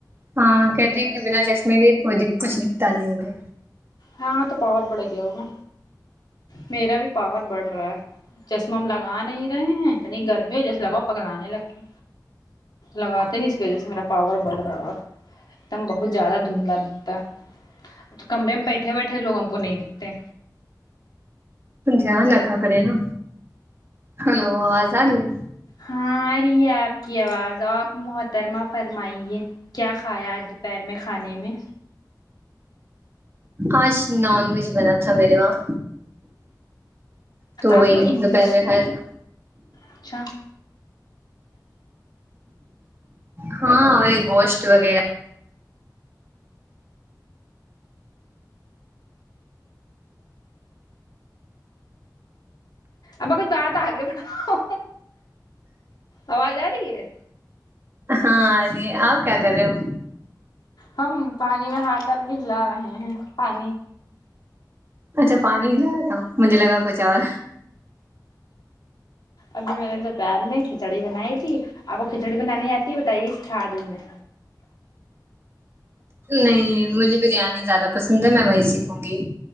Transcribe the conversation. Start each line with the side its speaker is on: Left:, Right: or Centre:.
Right: ہاں کہتی ہے کہ بنا چشمے کے کچھ دکھتا نہیں مجھے
Left: ہاں تو پاور بڑھ گیا ہوگا میرا بھی پاور بڑھ رہا ہے چشمہ ہم لگا نہیں رہے ہیں اتنی گرمی ہو جیسے لگاؤ پگلانے لگتے لگاتے نہیں اس کی وجہ سے میرا پاور بڑھ رہا اور دم بہت زیادہ دھندلا دکھتا ہے تو کمرے میں بیٹھ بیٹھے بیٹھے لوگ ہم کو نہیں دیکھتے
Right: دھیان رکھا کرے نا ہلو آواز آ رہی ہے
Left: ہاں آ رہی ہے آپ کی آواز آپ محترمہ فرمائیے کیا کھایا آج دوپہر میں کھانے میں
Right: آج نان ویج بنا تھا میرے وہاں تو وہی
Left: آپ کو انگلش
Right: دوپہر میں کھایا تھا
Left: اچھا
Right: ہاں وہی گوشت وغیرہ
Left: ابا کچھ بات آگے بڑھاو آواز آ رہی ہے
Right: ہاں آرہی ہے آپ کیا کررہے ہو
Left: ہم پانی میں ہاتھ ڈال کے ہلا رہے ہیں پانی
Right: اچھا پانی ہیلا رہے ہو مجھے لگا کچھ اور
Left: ابھی میں نے دوپہر میں کھچڑی بنائی تھی آپ کو کھچڑی بنانی آتی ہے بتائیے سیکھا دوں میں
Right: نہیں نہیں مجھے بریانی زیادہ پسند ہے میں وہی سیکھوں گی